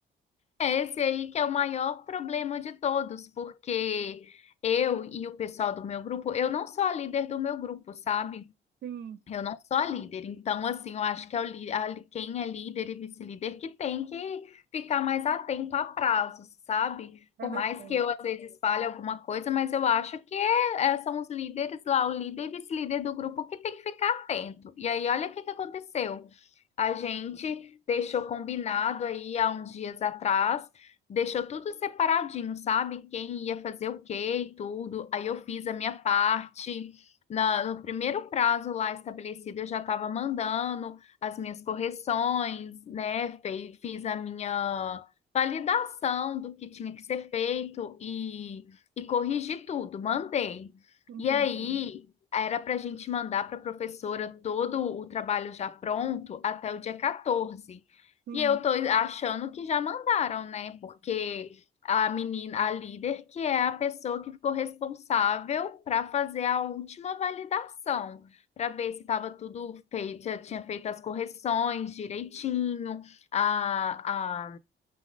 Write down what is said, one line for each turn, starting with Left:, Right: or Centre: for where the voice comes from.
Left: É esse aí que é o maior problema de todos, porque eu e o pessoal do meu grupo, eu não sou a líder do meu grupo, sabe?
Right: Sim,
Left: Eu não sou a líder, então assim, eu acho que é o li- a li- quem é líder e vice-líder que tem que ficar mais atento a prazos, sabe?
Right: é
Left: Por
Right: verdade.
Left: mais que eu às vezes fale alguma coisa, mas eu acho que é- é- são os líderes lá, o líder e vice-líder do grupo que tem que ficar atento. E aí, olha o que que aconteceu. A gente deixou combinado aí há uns dias atrás, deixou tudo separadinho, sabe? Quem ia fazer o quê e tudo. Aí eu fiz a minha parte. Na- no primeiro prazo lá estabelecido, eu já estava mandando as minhas correções, né? Fe- Fiz a minha validação do que tinha que ser feito e, e corrigi tudo, mandei.
Right: Entendi.
Left: E aí era para a gente mandar para a professora todo o trabalho já pronto até o dia 14.
Right: Sim,
Left: E eu tô achando que já mandaram, né? Porque a menina, a líder, que é a pessoa que ficou responsável para fazer a última validação, para ver se estava tudo feito, já tinha feito as correções direitinho, a,